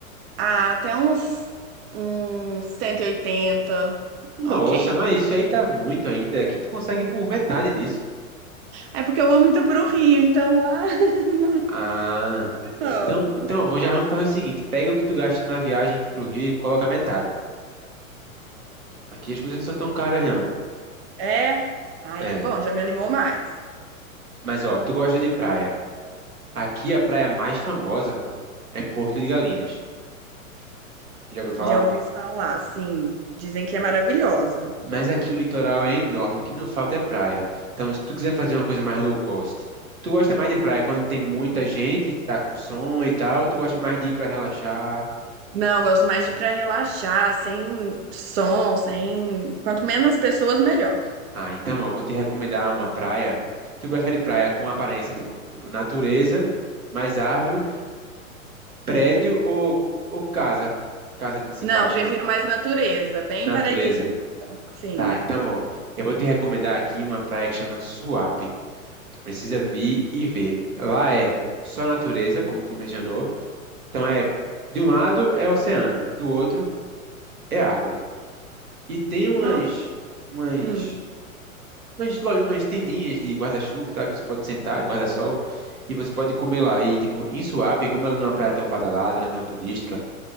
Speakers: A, on the right; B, on the right.
A: ah, até uns, uns 180,
B: Nossa,
A: ok.
B: mas isso aí tá muito ainda. Aqui tu consegue por metade disso.
A: É porque eu vou muito pro Rio, então lá <laughs> não.
B: Ah,
A: não.
B: então, então vou- já vamos fazer o seguinte: pega o que tu gasta numa viagem pro Rio e coloca metade. Aqui as coisas não são tão caras, não.
A: É? Ai,
B: É,
A: que bom, já me animou mais.
B: mas ó, tu gosta de praia. Aqui a praia mais famosa é Porto de Galinhas. Já ouviu falar?
A: Já ouvi falar, assim, dizem que é maravilhosa.
B: Mas aqui o litoral é enorme, o que não falta é praia. Então, se tu quiser fazer uma coisa mais low cost, tu gosta mais de praia quando tem muita gente que tá com som e tal, ou tu gosta mais de ir pra relaxar?
A: Não, eu gosto mais de pra relaxar, sem som, sem. Quanto menos pessoas, melhor.
B: Ah, então, ó, vou te recomendar uma praia. Tu prefere praia com aparência tipo, tipo natureza, mais árvore, prédio ou, ou casa? Casa assim,
A: Não,
B: baixinha.
A: prefiro mais natureza, bem
B: Natureza.
A: paradisíaca. Sim.
B: Tá, então, ó, eu vou te recomendar aqui uma praia que chama Suape. Tu precisa vir e ver. Lá é só natureza, como tu mencionou. Então é, de um lado é oceano, do outro é árvore. E tem umas,
A: Não.
B: umas,
A: Hum,
B: umas, lo- umas tendinhas de guarda-chuva e tal, que você pode sentar, de guarda-sol, e você pode comer lá. E, tipo, em Suape, como ela não é uma praia tão badalada, não é tão turística,